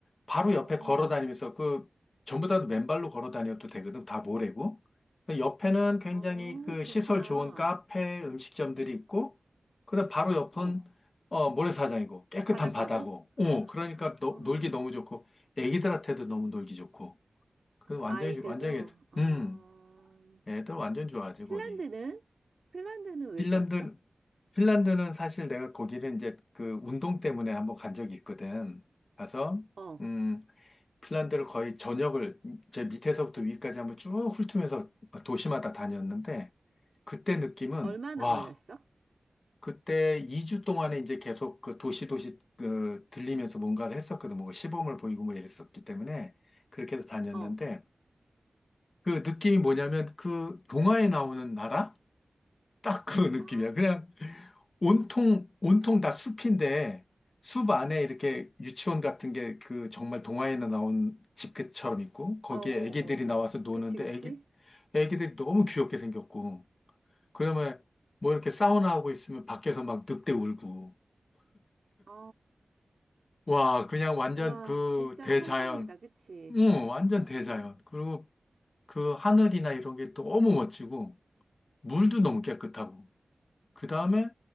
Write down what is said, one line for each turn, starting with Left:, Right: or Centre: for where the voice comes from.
Left: 바로
Right: 어,
Left: 옆에 걸어 다니면서 그 전부 다 맨발로 걸어 다녀도 되거든. 다 모래고. 근데 옆에는 굉장히
Right: 어,
Left: 그
Right: 그렇구나.
Left: 시설 좋은 카페, 음식점들이 있고 그다음 바로 옆은
Right: 어,
Left: 어 모래사장이고 깨끗한
Right: 바닷가고?
Left: 바다고. 어
Right: 아,
Left: 그러니까 노-
Right: 아,
Left: 놀기 너무 좋고 애기들한테도 너무 놀기 좋고. 그래서 완전히
Right: 아이들도,
Left: 완전히
Right: 어,
Left: 음 애들 완전 좋아하지
Right: 핀란드는?
Left: 거기.
Right: 핀란드는 왜
Left: 핀란드,
Right: 좋았어?
Left: 핀란드는 사실 내가 거기를 이제 그 운동 때문에 한번 간 적이 있거든. 가서,
Right: 어,
Left: 음, 핀란드를 거의 전역을 제 밑에서부터 위까지 한번 쭉 훑으면서 도시마다 다녔는데, 그때 느낌은,
Right: 얼마나
Left: 와,
Right: 걸렸어?
Left: 그때 2주 동안에 이제 계속 그 도시 도시 그 들리면서 뭔가를 했었거든. 뭐 시범을 보이고 뭐 이랬었기 때문에 그렇게 해서 다녔는데,
Right: 어.
Left: 그 느낌이 뭐냐면 그 동화에 나오는 나라? 딱 그 <laughs> 느낌이야.
Right: 아,
Left: 그냥 온통, 온통 다 숲인데, 숲 안에 이렇게 유치원 같은 게 그 정말 동화에나 나온 집처럼 있고, 거기에
Right: 어어어어.
Left: 애기들이 나와서 노는데,
Right: 그치, 그치?
Left: 애기, 애기들이 너무 귀엽게 생겼고, 그러면 뭐 이렇게 사우나 하고 있으면 밖에서 막 늑대 울고,
Right: 아,
Left: 와, 그냥 완전
Right: 와,
Left: 그
Right: 진짜
Left: 대자연,
Right: 환상이다, 그치?
Left: 응, 완전
Right: 어,
Left: 대자연. 그리고 그 하늘이나 이런 게 너무 멋지고, 물도 너무 깨끗하고, 그 다음에